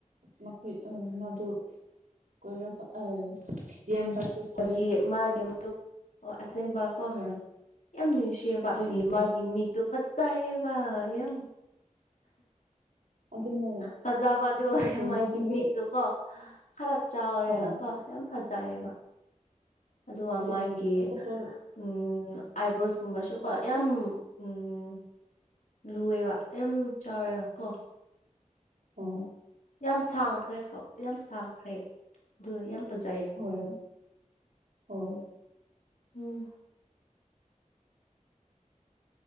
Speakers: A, on the right; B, on the left.
A: ꯃꯈꯣꯏ ꯃꯗꯨ ꯀꯣꯏꯔꯕ ꯌꯦꯕꯛꯇ ꯀꯣꯏꯔꯦ
B: ꯃꯥꯒꯤ ꯃꯥꯒꯤ ꯑꯣ ꯑꯁꯅꯦꯝꯕꯥ ꯀꯣ
A: ꯍꯣꯏ
B: ꯌꯥꯝ ꯁꯦꯕ ꯑꯗꯨꯒꯤ
A: ꯎꯝ
B: ꯃꯥꯒꯤ ꯃꯤꯛꯇꯣ ꯐꯠ ꯁꯥꯍꯦ ꯋꯥ ꯑ
A: ꯑꯗꯨꯅ
B: ꯐꯖꯕꯗꯤ
A: ꯐꯣꯇꯣꯒꯨꯝꯕꯗꯨꯒꯤ
B: ꯃꯥꯒꯤꯅꯤꯛꯇꯣ ꯀꯣ ꯈꯔ ꯆꯥꯎꯔꯦꯒ
A: ꯍꯣꯏ
B: ꯀꯣ ꯌꯥꯝ ꯊꯖꯕ ꯑꯗꯨꯒ
A: ꯑꯗꯨꯅ
B: ꯃꯥꯒꯤ
A: ꯐꯣꯇꯣ
B: ꯎꯝ ꯎꯝ ꯑꯥꯏꯕ꯭ꯔꯣꯁꯀꯨꯝꯕꯁꯨ ꯀꯣ ꯌꯥꯝ ꯎꯝ ꯂꯨꯑꯦꯕ ꯌꯥꯝ ꯆꯥꯎꯔꯦꯕ ꯀꯣ
A: ꯑꯣ
B: ꯌꯥꯝ ꯁꯥꯡꯈ꯭ꯔꯦ ꯌꯥꯝ ꯁꯥꯡꯈ꯭ꯔꯦ ꯑꯗꯨ ꯌꯥꯝ ꯐꯖꯩꯌꯦ
A: ꯍꯣꯏ ꯍꯣꯏ
B: ꯎꯝ